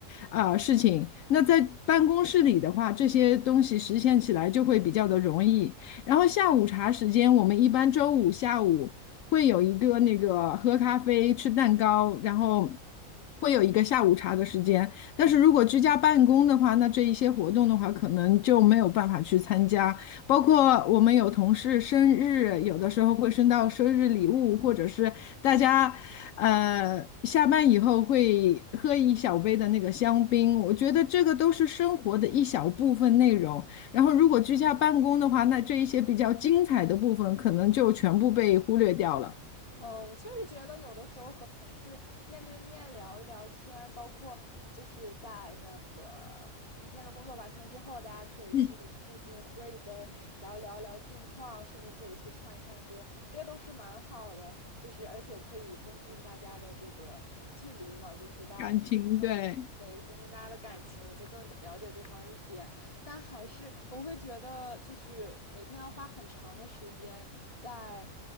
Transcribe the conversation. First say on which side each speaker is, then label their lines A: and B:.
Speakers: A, on the left; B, on the left.
A: 啊、呃事情。那在办公室里的话，这些东西实现起来就会比较的容易。然后下午茶时间，我们一般周五下午会有一个那个喝咖啡、吃蛋糕，然后会有一个下午茶的时间。但是如果居家办公的话，那这一些活动的话，可能就没有办法去参加。包括我们有同事生日，有的时候会升到生日礼物，或者是大家呃下班以后会喝一小杯的那个香槟。我觉得这个都是生活的一小部分内容。然后，如果居家办公的话，那这一些比较精彩的部分可能就全部被忽略掉了。
B: 嗯，我确实觉得有的时候和同事面对面聊一聊天，包括就是在那个一天的工作完成之后，大家可以去附近喝一杯，
A: 嗯，
B: 然后聊一聊近况，甚至可以去唱一唱歌，这些都是蛮好的。就是而且可以增进大家的这个距离嘛，就是大家可以呃对增进大家的感情，
A: 感情，对，
B: 就更了解对方一点。但还是我会觉得，就是每天要花很长的时间在